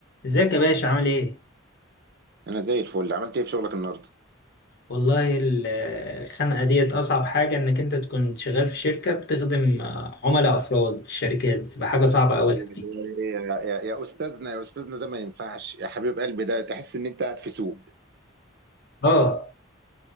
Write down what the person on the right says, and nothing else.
انا زي الفل عملت ايه في شغلك النهارده
أيوة،
يا يا يا استاذنا يا استاذنا ده ما ينفعش يا حبيب قلبي ده تحس ان انت قاعد في سوق